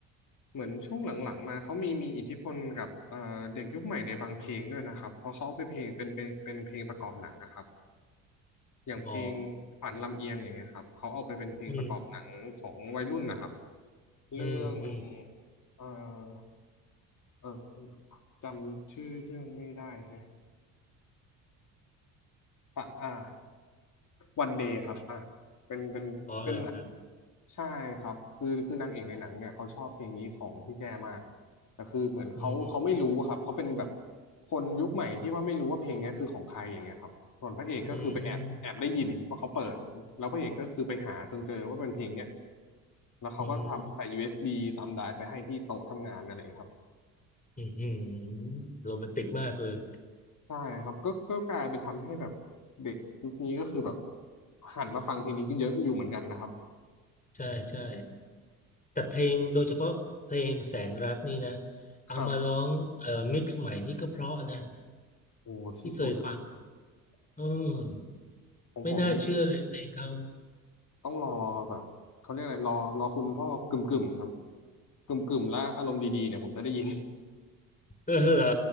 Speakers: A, on the left; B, on the left.
A: เหมือนช่วงหลังๆมาเขามีมีอิทธิพลกับเอ่อเด็กยุคใหม่ในบางเพลงด้วยนะครับเพราะเขาเอาไปเพลงเป็นเป็นเป็นเพลงประกอบหนังนะครับอย่างเพลงฝันลำเอียงอย่างเงี้ยครับเขาเอาไปเป็นเพลงประกอบหนังของวัยรุ่นนะครับ
B: อ๋ออืม
A: เรื่อง
B: อืมอืม
A: เอ่อ เออจำชื่อเรื่องไม่ได้แฮะอ่ะอ่าวันเดย์ครับอ่าเป็นเป็นเป็นหนัง
B: อ๋อเหรอครับ
A: ใช่ครับคือคือนางเอกในหนังเนี่ยเขาชอบเพลงนี้ของพี่แจมากแต่คือเหมือนเขาเขาไม่รู้ครับเขาเป็นแบบ
B: อืม
A: คนยุคใหม่ที่ว่าไม่รู้ว่าเพลงเนี้ยคือของใครอย่างเงี้ยครับส่วนพระเอกก็คือไปแอบแอบได้ยินว่าเขาเปิดแล้วพระเอกก็คือไปหาจนเจอว่าเป็นเพลงเนี้ย
B: อืม
A: แล้วเขาก็ทำใส่
B: อืม
A: USB ตามไดรฟ์ไปให้ที่โต๊ะทำงานนั่นเองครับ
B: อืมอืมโรแมนติกมากเลย
A: ใช่ครับก็ก็กลายเป็นทำให้แบบเด็กยุคนี้ก็คือแบบหันมาฟังเพลงนี้ก็เยอะอยู่เหมือนกันนะครับ
B: ใช่ใช่แต่เพลงโดยเฉพาะเพลงแสนรักนี่นะเอามาร้องเอ่อมิกซ์ใหม่นี่ก็เพราะนะ
A: ครับโอ้ที่สุดครับ
B: ที่เคยฟังอืม
A: ของผมนี่คือ
B: ไม่น่าเชื่อเลยเพลงเขา
A: ต้องรอแบบเขาเรียกอะไรรอรอคุณพ่อกึ่มกึ่มครับกึ่มกึ่มและอารมณ์ดีๆเนี่ยผมจะได้ยิน
B: เออเหรอ